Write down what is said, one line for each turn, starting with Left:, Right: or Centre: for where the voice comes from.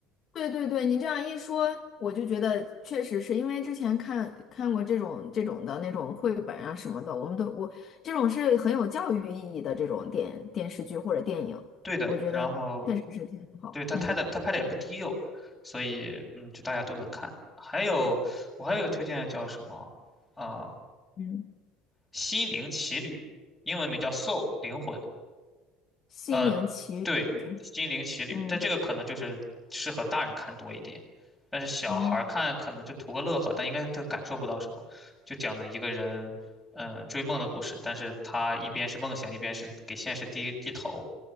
Left: 对对对，你这样一说，我就觉得确实是因为之前看看过这种这种的那种绘本啊什么的，我们都我这种是很有教育意义的这种电电视剧或者电影，
Centre: 对的，
Left: 我觉得确实是挺好。
Centre: 然后对他拍的，
Left: 嗯
Centre: 他拍的也不低幼，所以嗯，就大家都能看。还有我还有一个推荐的叫什么啊，呃
Left: 嗯，
Centre: 心灵奇旅》，英文名叫《Soul》灵魂，
Left: 心灵奇旅，
Centre: 呃，对，《心灵奇旅》，
Left: 嗯
Centre: 但这个可能就是适合大人看多一点，但是小孩儿看可能就图个乐呵，
Left: 哦，
Centre: 但应该他感受不到什么。就讲的一个人，嗯、追梦的故事，但是他一边是梦想，一边是给现实低低头，